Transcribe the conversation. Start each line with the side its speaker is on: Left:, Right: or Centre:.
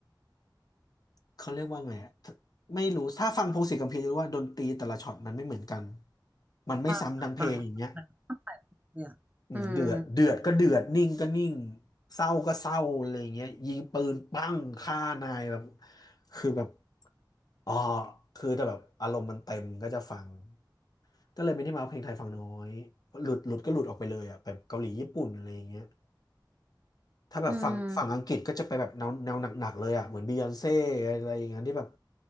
Left: เขาเรียกว่าไงอะไม่รู้ถ้าฟังพงษ์สิทธิ์คัมภีร์จะรู้ว่าดนตรีแต่ละช็อตมันไม่เหมือนกันมันไม่ซ้ำทั้งเพลงอย่างเงี้ย
Right: ฟังอะฟังอะเนี่ยอ่ะอืม
Left: อืมเดือดเดือดก็เดือด นิ่งก็นิ่งเศร้าก็เศร้าอะไรอย่างเงี้ยยิงปืนปั้งฆ่านายแบบคือแบบอ๋อคือแต่แบบอารมณ์มันเต็มก็จะฟัง ก็เลยเป็นที่มาว่าเพลงไทยฟังน้อย หลุดหลุดก็หลุดออกไปเลยอ่ะแบบเกาหลีญี่ปุ่นอะไรอย่างเงี้ยถ้าแบบฝั่งฝั่งอังกฤษก็จะไปแบบแนวแนวหนักๆเลยอ่ะเหมือนบียอนเซ่
Right: อืม
Left: อะไรอย่างเงี้ยที่แบบ